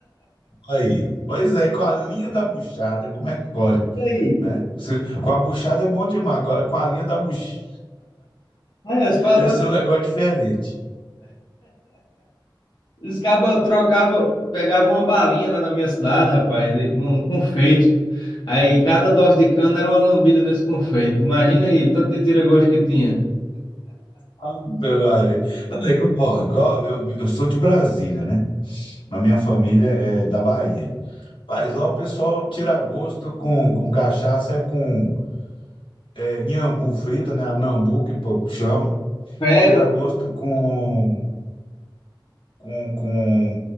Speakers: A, on the left (about 85°); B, on the left (about 65°).
A: aí. Pois é, com a linha da buchada, como é que pode,
B: E aí?
A: né? Você- com a buchada é bom demais, agora com a linha da buchada
B: É, os pa-
A: deve
B: pa-
A: ser um negócio diferente.
B: os cabas trocavam, pegavam uma balinha lá na minha cidade, rapaz, e um, um confeito. Aí cada dose de cana era uma lambida nesse confeito. Imagina aí o tanto de tira-gosto que tinha.
A: Ave Maria. Não, é igual, ó, igual eu, eu sou de Brasília, né? Mas minha família é da Bahia. Rapaz, lá o pessoal tira gosto com, com cachaça, é com é, nhambu frita, né? A nambu que o povo chama.
B: Peba,
A: Tira gosto com, com, com